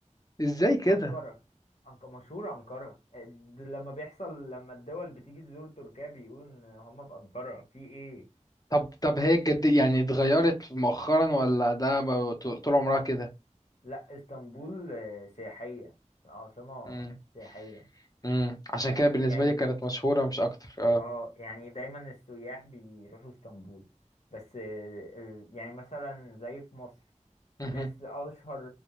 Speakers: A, on the left; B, on the left.
A: ازاي كده
B: أنقرة أنق... مشهورة أنقرة آه، د- لما بيحصل لما الدول بتيجي تزور تركيا بيقولوا إن هما في أنقرة في إيه؟
A: طب طب هي الجد يعني اتغيرت مؤخرا ولا ده ب- طول طول عمرها كده
B: لا اسطنبول آه، سياحية عاصمة
A: امم
B: سياحية
A: امم عشان
B: فاهم؟
A: كده بالنسبة
B: يعني
A: لي كانت مشهورة مش اكتر اه
B: اه يعني دايما السياح بيروحوا اسطنبول بس آه، ال- يعني مثلا زي في مصر
A: مهم.
B: الناس أشهر